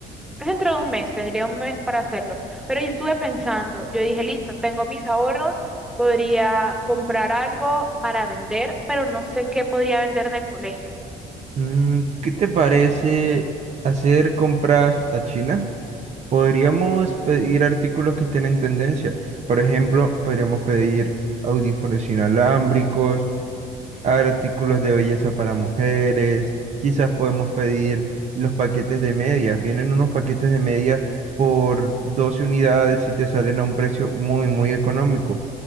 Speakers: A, in the centre; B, on the right.
A: Es dentro de un mes, tendría un mes para hacerlo. Pero yo estuve pensando, yo dije, listo, tengo mis ahorros, podría comprar algo para vender, pero no sé qué podría vender en el colegio.
B: Mm, ¿qué te parece hacer compras a China? Podríamos pedir artículos que estén en tendencia. Por ejemplo, podríamos pedir audífonos inalámbricos, haber artículos de belleza para mujeres, quizás podemos pedir los paquetes de medias. Vienen unos paquetes de medias por 12 unidades y te salen a un precio muy, muy económico.